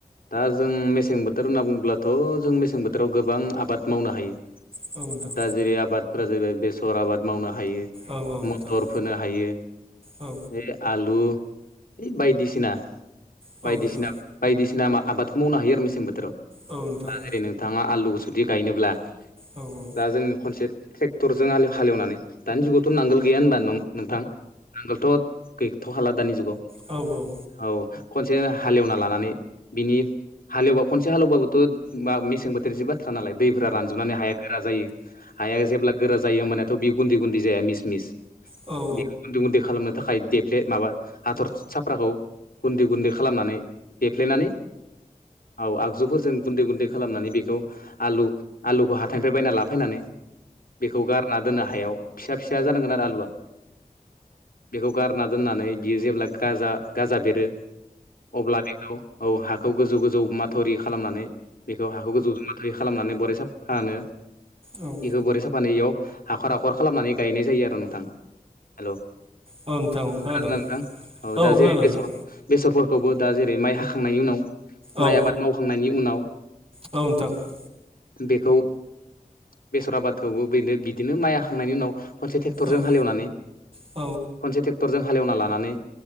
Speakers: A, on the left; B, on the right.
A: दा जों मेसें बो थोर होनना बुङोब्लाथ' जों मेसें बोथोराव गोबां आबाद मावनो हायो
B: नोंथां औ नोंथां
A: दा जेरै आबाद फोरा जाहैबाय बेसर आबाद मावनो हायो
B: औ नोंथां
A: मटर फोनो हायो
B: औ
A: हे आलु हे बायदिसिना
B: औ
A: बायदिसिना
B: नोंथां
A: बायदिसिना आबादखौ मावनो हायो आरो मेसें बोथोराव
B: औ नोंथां औ नोंथां औ नोंथां
A: दा जेरै नों थाङा आलुखौ जुदि गायनोब्ला
B: औ औ
A: दा जों खनसे ट्रेक्टरजों हालेवनानै दानि जुगावथ' नांगोल गैया होनबा नोंथां नांगोलथ' गैथ' खाला दानि जुगाव
B: औ औ
A: औ खनसे हालेवना लानानै बिनि हालेव बा खनसे हालौबाबोथ' मा मेसें बोथोर जोबबा था नालाय दैफ्रा रानजोबनानै हाया गोरा जायो हाया जेब्ला गोरा जायो होमबानिया थ' बियो गुन्दै गुन्दै जाया मिस मिस
B: नोंथां औ
A: बेखौ गुन्दै गुन्दै खालामनो थाखाय देफ्ले माबा हाथर साफ्राखौ गुन्दै गुन्दै खालामनानै देफ्लेनानै औ आगजुफोरजों गुन्दै गुन्दै खालामनानै बेखौ आ आलुखौ हाथाइनिफ्राय बायना लाफैनानै बेखौ गार दोनो हायाव फिसा फिसा जानांगोन आरो आलुआ बेखौ गारना दोननानै बियो जेब्ला गाजा गाजा बेरो अब्ला बेखौ औ हाखौ गोजौ गोजौ माथावरि खालामनानै बेखौ हाखौ गोजौ मा थावरि खालामनानै बरिया साफ्फानो
B: औ
A: बेखौ बरिया साफानो इयाव हाखर हाखर खालामनानै गायनाय जायो आरो नोंथां हेल'
B: नोंथां खोनादों
A: खोनादोना नोंथां औ दा
B: खोनादों
A: जेरै
B: नोंथां
A: बेसर बेसरफोरखौबो दा जेरै माइ हाखांनायनि उनाव माइ
B: औ
A: आबाद मावखांनायनि उनाव
B: औ नोंथां
A: बेखौ बेसरा आबादखौबो बेनो बिदिनो माइ हाखांनायनि उनाव खनसे ट्रेक्टरजों
B: औ
A: हालेवनानै
B: औ
A: खनसे ट्रे क्टरजों हाले एवना लानानै